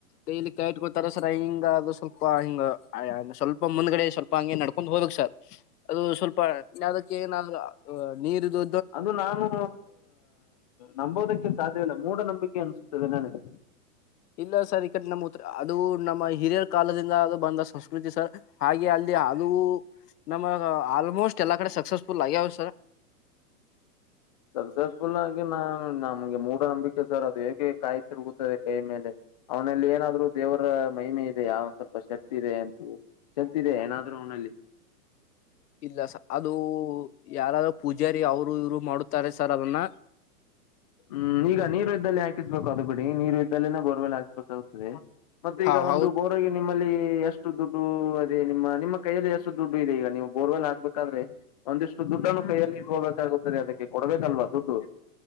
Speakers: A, on the left; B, on the left.
A: ಕೈಲಿ ಕೈ ಇಟ್ಕೊಳ್ತಾರ ಸರ ಹಿಂಗ ಅದು ಸ್ವಲ್ಪ ಹಿಂಗ ಸ್ವಲ್ಪ ಮುಂದ್ಗಡೆ ಸ್ವಲ್ಪ. ಹಂಗೆ ನಡ್ಕೊಂಡ್ ಹೋಗ್ಬೇಕು ಸರ್ ಅದು ಸ್ವಲ್ಪ ಯಾವದಕ್ಕೆ ನಾನ ನೀರುದು.
B: ಅದು ನಾನು ನಂಬೋದಕ್ಕೆ ಸಾಧ್ಯವಿಲ್ಲ ಮೂಢ ನಂಬಿಕೆ ಅನ್ಸುತ್ತದೆ ನನಗೆ.
A: ಇಲ್ಲ ಸರ್ ಈ ಕಡೆ ನಮ್ಮ್ ಉತ್ರ ಅದು ನಮ್ಮ ಹಿರಿಯರ ಕಾಲದಿಂದ ಅ ಬಂದ ಸಂಸ್ಕೃತಿ ಸರ್. ಹಾಗೆ ಅಲ್ಲಿ ಅದೂ ನಮ್ಮಗ ಆಲ್ಮೋಸ್ಟ್ ಎಲ್ಲಾ ಕಡೆ ಸಕ್ಸಸ್ಫುಲ್ ಆಗ್ಯಾವ ಸರ್.
B: ಸಕ್ಸಸ್ಫುಲ್ ಆಗಿ ನಾ ನಮ್ಗೆ ಮೂಢನಂಬಿಕೆ ಸರ್ ಅದು ಹೇಗೆ ಕಾಯ್ ತಿರುಗುತ್ತದೆ ಕೈ ಮೇಲೆ. ಅವನಲ್ಲಿ ಏನಾದ್ರೂ ದೇವರ ಮಹಿಮೆ ಇದೆಯ ಒಂದ ಸ್ವಲ್ಪ ಶಕ್ತಿ ಇದೆ ಅಂತ. ದೆ ಏನಾದ್ರು ಅವ್ನಲ್ಲಿ
A: ಇಲ್ಲ ಸ ಅದು ಯಾರಾದೂ ಪೂಜಾರಿ ಅವರು ಇವ್ರು ಮಾಡುತ್ತಾರೆ ಸರ್ ಅದನ್ನ
B: ಹ್ಮ್ ಈಗ ನೀರು ಇದ್ದಲ್ಲಿ ಹಾಕಿಸ್ಬೇಕು ಅದು ಬಿಡಿ ನೀರು ಇದ್ದಲ್ಲಿನ ಬೋರ್ವೆಲ್ ಹಾಕಿಸ್ಬೇಕಾಗುತ್ತದೆ. ಮತ್ತೆ
A: ಹಾ
B: ಈಗ
A: ಹೌದು
B: ಒಂದು ಬೋರ್ ನಿಮ್ಮಲ್ಲಿ ಎಷ್ಟು ದುಡ್ಡು ಅದೇ ನಿಮ್ಮ ನಿಮ್ಮ ಕೈಯಲ್ಲಿ ಎಷ್ಟು ದುಡ್ಡು ಇದೆ ಈಗ ನೀವು ಬೋರ್ವೆಲ್ ಹಾಕ್ಬೇಕಾದ್ರೆ ಒಂದಿಷ್ಟು ದುಡ್ಡನ್ನು ಕೈಯಲ್ಲಿ ಇಟ್ಕೋಬೇಕಾಗುತ್ತದೆ ಅದಕ್ಕೆ ಕೊಡ್ಬೇಕಲ್ವಾ ದುಡ್ಡು.